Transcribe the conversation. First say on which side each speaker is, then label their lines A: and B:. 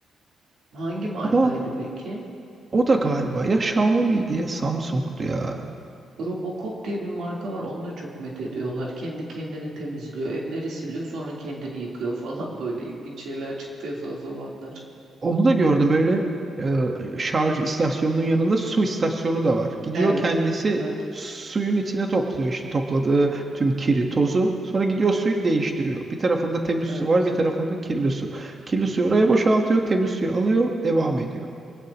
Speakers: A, on the right (about 65°); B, on the right (about 25°).
A: Hangi markaydı
B: Ama
A: peki?
B: o da galiba ya Xiaomi'ydi ya Samsung'du ya.
A: Robocop diye bir marka var. Onu da çok met ediyorlar. Kendi kendini temizliyor. Evleri siliyor sonra kendini yıkıyor falan <laughs> böyle ilginç şeyler çıktı ya o zamanlar.
B: Onu da gördüm böyle e, şarj istasyonunun yanında su istasyonu da var. Gidiyor
A: Evet.
B: kendisi
A: Evet.
B: suyun içine topluyor işte topladığı tüm kiri, tozu. Sonra gidiyor suyu değiştiriyor. Bir tarafında temiz
A: Evet.
B: su var, bir tarafında kirli su. Kirli suyu oraya boşaltıyor, temiz suyu alıyor, devam ediyor.